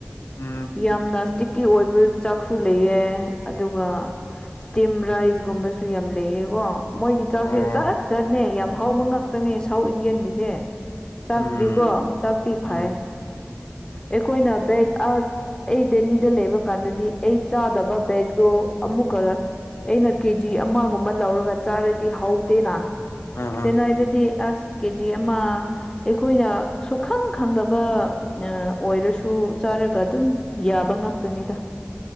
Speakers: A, on the left; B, on the left.
A: ꯎꯝ
B: ꯌꯥꯝꯅ ꯏꯁꯇꯤꯛꯀꯤ ꯑꯣꯏꯕ ꯆꯥꯛꯁꯨ ꯂꯩꯑ ꯑꯗꯨꯒ ꯇꯤꯝ ꯔꯥꯏꯁꯒꯨꯝꯕꯁꯨ ꯌꯥꯝ ꯂꯩꯌꯦꯀꯣ ꯃꯣꯏꯒꯤ ꯆꯥꯛꯁꯦ
A: ꯑꯣ
B: ꯖꯥꯠ ꯖꯠꯅꯦ ꯌꯥꯝ ꯍꯧꯕ ꯉ ꯈꯛꯇꯅꯦ ꯁꯥꯎꯠ ꯏꯟꯗꯤꯌꯟ ꯃꯤꯁꯦ ꯆꯥꯛꯇꯤꯀꯣ
A: ꯎꯝ
B: ꯆꯥꯛꯇꯤ ꯐꯥꯏꯌꯦ
A: ꯎꯝ
B: ꯑꯩꯈꯣꯏꯅ ꯕꯦꯛ ꯑꯁ ꯑꯩ ꯗꯦꯜꯂꯤꯗ ꯂꯩꯕ ꯀꯥꯟꯗꯗꯤ ꯑꯩ ꯆꯥꯗꯕ ꯕꯦꯒꯗꯣ ꯑꯃꯨꯛꯀ ꯑꯩꯅ ꯀꯦꯖꯤ ꯑꯃꯒꯨꯝꯕ ꯂꯧꯔꯒ ꯆꯥꯔꯗꯤ ꯍꯧꯗꯦꯅ
A: ꯑꯥ
B: ꯆꯦꯟꯅꯥꯏꯗꯗꯤ
A: ꯑꯥ
B: ꯑꯁ ꯀꯦꯖꯤ ꯑꯃ ꯑꯩꯈꯣꯏꯅ ꯁꯨꯛꯈꯪ ꯈꯪꯗꯕ ꯅ ꯑꯣꯏꯔꯁꯨ ꯆꯥꯔꯒ ꯑꯗꯨꯝ ꯌꯥꯕ ꯉꯥꯛꯇꯅꯤꯗ